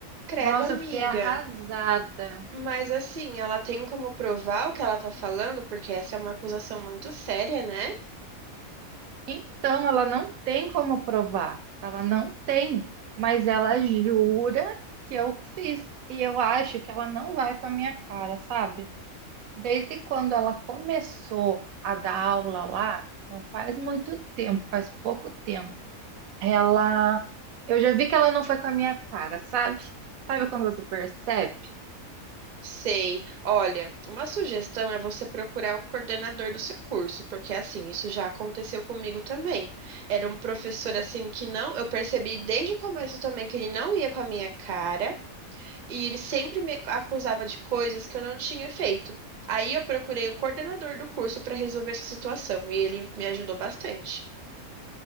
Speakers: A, on the right; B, on the right.
A: Credo,
B: Nossa,
A: amiga.
B: eu fiquei arrasada.
A: Mas assim, ela tem como provar o que ela tá falando, porque essa é uma acusação muito séria, né?
B: Então, ela não tem como provar, ela não tem, mas ela jura que eu fiz, e eu acho que ela não vai com a minha cara, sabe? Desde quando ela começou a dar aula lá, que não faz muito tempo, faz pouco tempo, ela, eu já vi que ela não foi com a minha cara, sabe? Sabe quando você percebe?
A: Sei. Olha, uma sugestão é você procurar o coordenador do seu curso, porque assim, isso já aconteceu comigo também. Era um professor assim que não, eu percebi desde o começo também que ele não ia com a minha cara, e ele sempre me acusava de coisas que eu não tinha feito. Aí eu procurei o coordenador do curso para resolver essa situação, e ele me ajudou bastante.